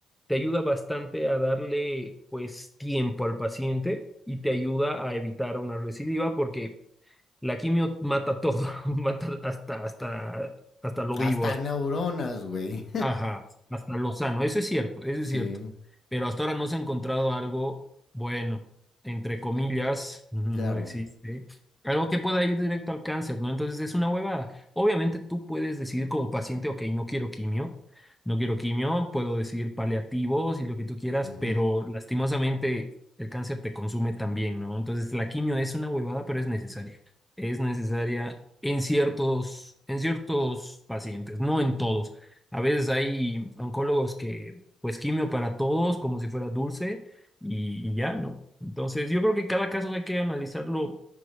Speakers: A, in the centre; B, on the left.
A: te ayuda bastante a darle, pues, tiempo al paciente y te ayuda a evitar una recidiva porque la quimio mata todo, <laughs> mata hasta, hasta, hasta lo
B: hasta
A: vivo. hasta-
B: neuronas, güey.
A: Ajá, hasta Lozano, eso es cierto, eso
B: Sí,
A: es cierto. Pero hasta ahora no se ha encontrado algo bueno, entre comillas, <laughs> no
B: claro.
A: existe. Algo que pueda ir directo al cáncer, ¿no? Entonces es una huevada. Obviamente tú puedes decidir como paciente, ok, no quiero quimio, no quiero quimio, puedo decidir paliativos y lo que tú quieras,
B: ujú,
A: pero lastimosamente el cáncer te consume también, ¿no? Entonces la quimio es una huevada, pero es necesaria. Es necesaria en ciertos, en ciertos pacientes, no en todos. A veces hay oncólogos que, pues, quimio para todos, como si fuera dulce, y, y ya, ¿no? Entonces, yo creo que cada caso hay que analizarlo